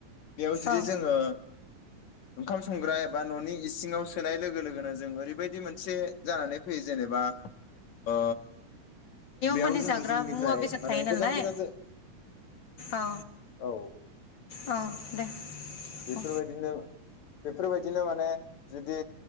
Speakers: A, on the left; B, on the left.
A: बेयाव जुदि
B: औ
A: जोङो ओंखाम संग्रा एबा न'नि इसिङाव सोनाय लोगो लोगोनो जों ओरैबायदि मोनसे जानानै फैयो जेनेबा ओ बेयाव
B: माने
A: जोङो
B: जाग्रा
A: जोंनिफ्राय
B: मुवा बेसाद
A: माने
B: थायो नालाय
A: गोजान गोजान
B: औ
A: औ
B: औ दे
A: बेफोरबायदिनो
B: औ
A: बेफोरबायदिनो माने जुदि